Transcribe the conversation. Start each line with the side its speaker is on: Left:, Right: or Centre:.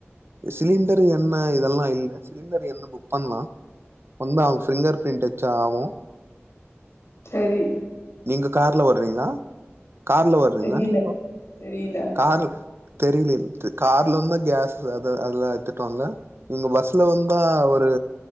Right: சிலிண்டர் எண்ணெ இதெல்லா இல்ல சிலிண்டர் எண்ணெ புக் பண்லா வந்தா அவுங் ஃபிங்கர் ப்ரிண்ட் வெச்சா ஆவு
Left: செரி
Right: நீங்க கார்ல வருறீங்லா கார்ல வறீங்க
Left: தெரியல
Right: நீங்கோ
Left: தெரியல
Right: காரு தெரிலி தெ கார்லிருந்தா கேஸ் அத அதெல்லா எத்துட் வாங்க நீங்கோ பஸ்ல வந்தா ஒரு